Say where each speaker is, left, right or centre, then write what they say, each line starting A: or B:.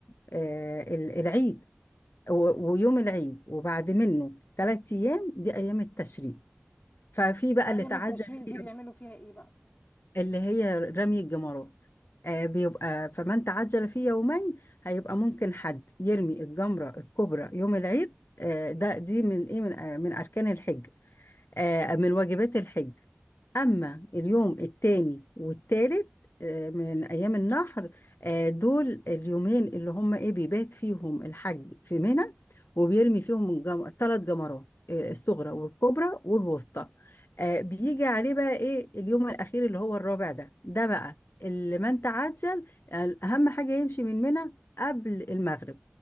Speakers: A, on the left; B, on the left.
A: آه، ال- العيد و- ويوم العيد وبعد منه ثلاث أيام دي أيام التشريق ففي بقى
B: وايام
A: اللي تعجب
B: التشريق
A: فيه
B: دي بيعملوا فيها ايه بقى
A: اللي هي رمي الجمرات آه بيبقى فمن تعجل في يومين هيبقى ممكن حد يرمي الجمرة الكبرى يوم العيد آه ده دي من ايه من آه من اركان الحج آه، من واجبات الحج أما اليوم التاني والتالت آه، من أيام النحر آه، دول اليومين اللي هم إيه بيبات فيهم الحج في منى وبيرمي فيهم جم... ثلاث جمرات آه، الصغرى والكبرى والوسطى آه، بيجي عليه بقى إيه اليوم الأخير اللي هو الرابع ده ده بقى اللي من تعجل آه، أهم حاجة يمشي من منى قبل المغرب